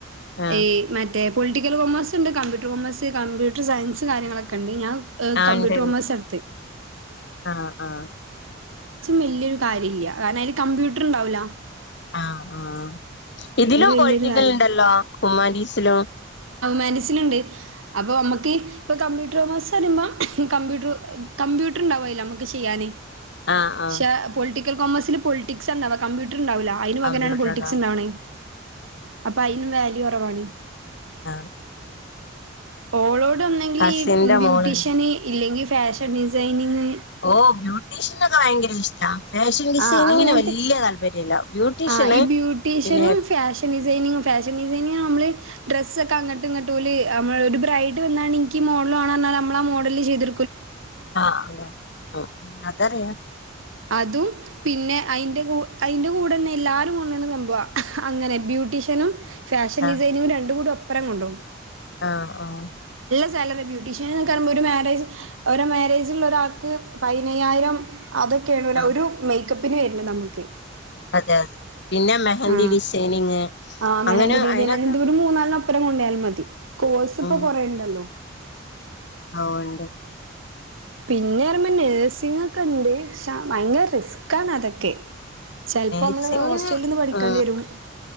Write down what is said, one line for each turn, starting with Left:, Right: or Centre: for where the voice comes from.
Left: ആ
Right: ഇ മ മറ്റ പൊളിട്ടിക്കൽ കോമേഴസ് ഉണ്ട് കമ്പ്യൂട്ടർ കൊമേഴ്സ് കമ്പ്യൂട്ടർ സയൻസ് കാര്യങ്ങളൊക്കെണ്ട് ഞാൻ
Left: ആ
Right: കമ്പ്യൂട്ടർ
Left: ഉണ്ട്ണ്ട്
Right: കോമേഴ്‌സ് ആണിടത്തെ
Left: ആ ആ
Right: വലിയൊരു കാര്യമല്ല കാരണം അതില് കമ്പ്യൂട്ടർ ഉണ്ടാവല
Left: ആ ആ ഇതിലും
Right: വലിയൊരു
Left: പോൊളിറ്റിക്കൽ
Right: കാര്യ
Left: ഉണ്ടല്ലോ ഹുമാൻഡീസിലും
Right: മനസ്സിലുണ്ട് അപ്പൊ നമ്മുക്ക് ഇപ്പൊ കമ്പ്യൂട്ടർോ മാസം വയുമമ്പ കമ്പ്യൂട്ടർ കമ്പ്യൂട്ടർണ്ടാാവല്ല നമുക്ക് ചെയ്യാന്
Left: ആ ആ
Right: പ പോളിറ്റിക്കൽ കോമ പോളിറ്റിക്സ് ണ്ടാവില്ല അതിനന്
Left: കമ്പ്യൂട്ടർ
Right: പകരാണ് പോളിറ്റിക്സ്
Left: ആ
Right: ഉണ്ടാവ അപ്പൊ അയി വാല്യു കുറവാണ്
Left: ആഹ
Right: ഓളോട്ന്നെങ്കിൽ
Left: കസിന്റെ
Right: ഈ ബ്യൂട്ടീഷ്യന്
Left: മോളുണ്ട്
Right: ഇല്ലെങ്കി ഫാഷൻ ഡിസൈനിങ്
Left: ഓ ബ്യൂട്ടീഷ്യൻ ഒക്കെ ഭയങ്കര ഇഷ്ടാ ഫാഷൻ ഡിസൈനിങ്ങിന്
Right: ആ അങ്ങനത്തെ
Left: വല്യ താല്പര്യല്ല ബ്യൂട്ടീഷ്യന്
Right: ആ ഈ ബ്യൂട്ടീഷ്യനും
Left: പിന്നെ
Right: ഫാഷൻ ഡിസൈനി ഫാഷ അ നമ്മള് ഒക്കെ അങ്ങട്ട ഇങ്ങട്ട പോല് നമ്മ ഒരു ബ്രൈഡ് വന്നണ്ട് എനിക്ക് മോഡൽണ മോഡല് ചെയ്തി
Left: ആഹ അതെ അതറിയ
Right: അതും പിന്നെ അതിന്റെ ക അതിറെ കൂടെന്നെ എല്ലാരും സംഭ അങ്ങനെ ബ്യൂട്ടീഷ്യനും ഫാഷൻ
Left: ആ
Right: ഡിസൈനിങ്ങും രണ്ട കൂടി ഒപ്പരം കൊണ്ടോകും
Left: ആഹ ആഹ
Right: ച ബ്യൂട്ടീഷ്യൻ പറയുമ്പോ ഒരു മാരേജ് ഓരോ മാരേജില ഒരാൾക്ക് പതിനയ്യായിരം അതൊക്കെയാണ്
Left: ആ
Right: ഒരു മേക്കപ്പിന് വരരുന്നു നമുക്ക്
Left: അതെ അതെ പിന്നെ മെഹന്തി
Right: ആഹ്
Left: ഡിസൈനിങ്
Right: ആഹ് മെഹന്തി
Left: അങ്ങനെ
Right: ഡിസൈൻ
Left: അയിനൊക്കെ
Right: അ ഇ ഒരു മൂന്നാലിന് അപ്പുരം കൊണ്ടായാലും മതി കോഴ്സ് ഇപ്പൊ
Left: ഉം
Right: കൊറേുണ്ടല്ലോ
Left: പോണ്ട്
Right: പിന്നെ മ്പോ നഴ്സിങ് ഒക്കെ ഉണ്ട് പ ഭയങ്കര റിസ്ക് ആണ് അതൊക്കെ ചെലപ്പോ
Left: നഴ്സിംഗിന്
Right: നമ്മള് ഹോസ്റ്റലിന്ന് പഠിക്കേണ്ടി
Left: ഉ
Right: വരും